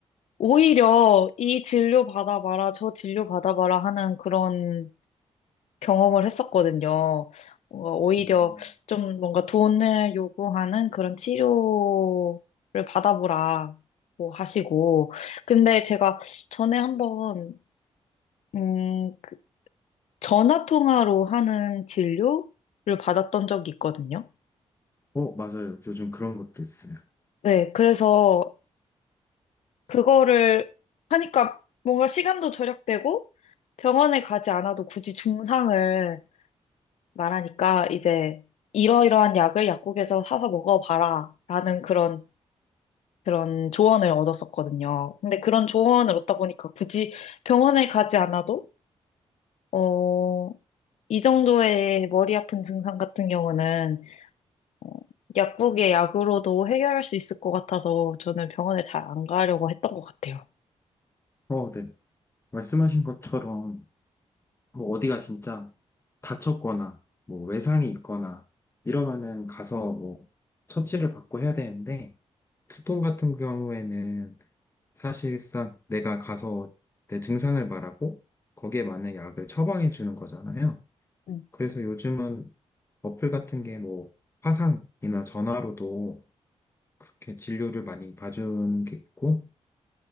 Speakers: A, on the left (about 80°); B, on the left (about 20°).
A: 오히려 이 진료 받아봐라, 저 진료 받아봐라 하는 그런 경험을 했었거든요. 뭔가 오히려
B: 음,
A: 좀 뭔가 돈을 요구하는 그런 치료를 받아보라고 하시고. 근데 제가 전에 한번, 음, 그 전화 통화로 하는 진료를 받았던 적이 있거든요.
B: 어, 맞아요. 요즘 그런 것도 있어요.
A: 네, 그래서 그거를 하니까 뭔가 시간도 절약되고 병원에 가지 않아도 굳이 증상을 말하니까 이제 이러이러한 약을 약국에서 사서 먹어봐라 라는 그런 그런 조언을 얻었었거든요. 근데 그런 조언을 얻다 보니까 굳이 병원에 가지 않아도 어, 이 정도의 머리 아픈 증상 같은 경우는 어, 약국의 약으로도 해결할 수 있을 것 같아서 저는 병원에 잘 안 가려고 했던 것 같아요.
B: 어, 네. 말씀하신 것처럼 뭐 어디가 진짜 다쳤거나 뭐 외상이 있거나 이러면은 가서 뭐 처치를 받고 해야 되는데 두통 같은 경우에는 사실상 내가 가서 내 증상을 말하고 거기에 맞는 약을 처방해 주는 거잖아요.
A: 음.
B: 그래서 요즘은 어플 같은 게 뭐 화상이나 전화로도 그렇게 진료를 많이 봐주는 게 있고